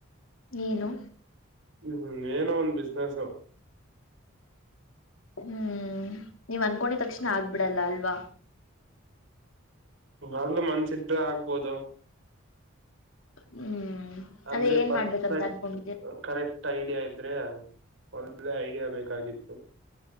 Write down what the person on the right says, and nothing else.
ಹ್ಮ್ ಏನ ಒಂದ್ ಬಿಸ್ನೆಸ್
ಮಾಗ್ಲು ಮನ್ಸಿದ್ರೆ ಆಗ್ಬೋದು
ಅಂದ್ರೆ
ಪರ್ಫೆಕ್ಟ್
ಕರೆಕ್ಟ್ ಐಡಿಯಾ ಇದ್ರೆ ಒಳ್ಳೆ ಐಡಿಯಾ ಬೇಕಾಗಿತ್ತು